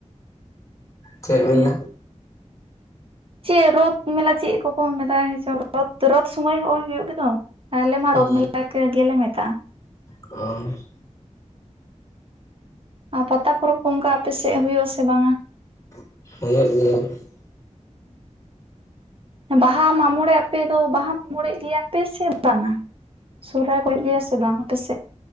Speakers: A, on the left (about 25°); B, on the right (about 45°).
A: ᱪᱮ
B: ᱦᱩᱭᱩᱜ
A: ᱢᱮᱞᱟ?
B: ᱜᱮᱭᱟ ᱪᱮᱫ ᱨᱳᱫ ᱢᱮᱞᱟ ᱪᱮᱫ ᱠᱚᱠᱚ ᱢᱮᱛᱟᱜᱸ ᱪ ᱨ ᱨᱳᱫ ᱥᱩᱢᱚᱭ ᱦᱚᱸᱚᱭ ᱦᱩᱭᱩᱜ ᱜᱮᱛᱚ᱾ ᱟᱞᱮ ᱢᱟ
A: ᱦᱩᱸ
B: ᱨᱚᱛ ᱢᱮᱞᱟ ᱜᱮᱞᱮ ᱢᱮᱛᱟᱜᱼᱟ᱾
A: ᱟᱨ
B: ᱟᱨ ᱯᱟᱛᱟ ᱯᱚᱨᱚᱵᱽ ᱠᱚ ᱚᱱᱠᱟ ᱟᱯᱮᱥᱮᱫ ᱦᱩᱭᱩᱜ ᱟᱥᱮ ᱵᱟᱝ ᱟ?
A: ᱦᱮ <unintelligible>
B: ᱵᱟᱦᱟ ᱢᱟᱜ ᱢᱚᱬᱮ ᱟᱯᱮ ᱫᱚ ᱵᱟᱦᱟ ᱢᱟᱢᱚᱬᱮ ᱜᱮᱭᱟ ᱯᱮ ᱥᱮ ᱵᱟᱝᱟ? ᱥᱚᱦᱟᱭ ᱠᱚ ᱦᱩᱭᱩ ᱜᱮᱭᱟ ᱥᱮ ᱵᱟᱝ ᱟᱯᱮᱥᱮᱫ?